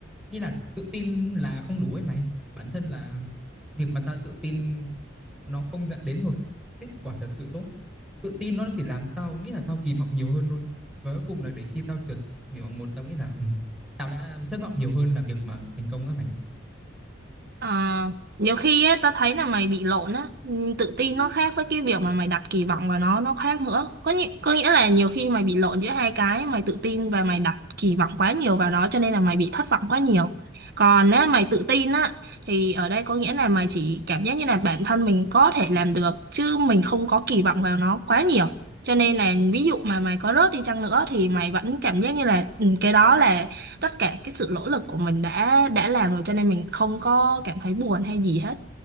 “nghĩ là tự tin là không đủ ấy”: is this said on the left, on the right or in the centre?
Centre